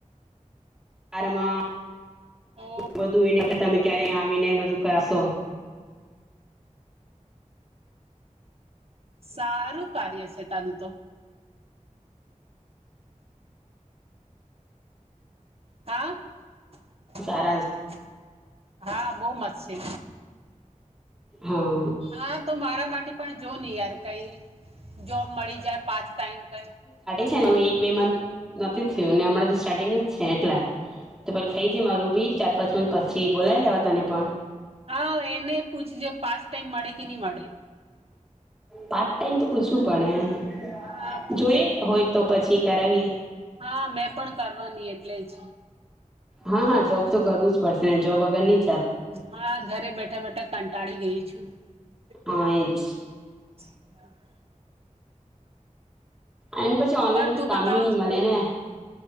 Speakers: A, in the centre; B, on the right (about 50°).
A: કાર માં
B: ઓ
A: બધું એને તમે ક્યારે આવી ને બધું કરાવશો.
B: સારું કાર્ય છે તારું તો. હા <unintelligible>
A: સારા
B: હા બહ મસ્ત છે.
A: હા
B: હા તો મારા માટે પણ જો નહી યાર. કઈ <unintelligible> જોબ મળી જાય પાંચ ટાઈમ ક.
A: હ એક બે મંથ નથી થયું અને હમણાં તો સ્ટાર્ટિંગ જ છે એટલા તો પે થઈ જાય મા રું બી ચાર પાંચ મ પછી બોલાવી લેવા તને પણ.
B: હા એને પૂછજ પાંચ ટાઈમ મળે. કિની મળે.
A: પાર્ટ ટાઈમ તો પૂછવ. પણણે
B: હા પૂછું
A: જોઈએ હોય તો પછી. કરાવી એ.
B: હા મેં પણ કરવાની એટલે જ
A: હા હા જોબ તો કરવું જ પડશે ને જોબ વગર ની.
B: હા ઘરે બેઠા બેઠા કંટાળી. લ છું. <unintelligible>
A: હા એજ.
B: હ
A: અને પછી ઓનલાઈન કોઈ
B: તું
A: કામ
B: બતાવ
A: બી નહીં મળે ને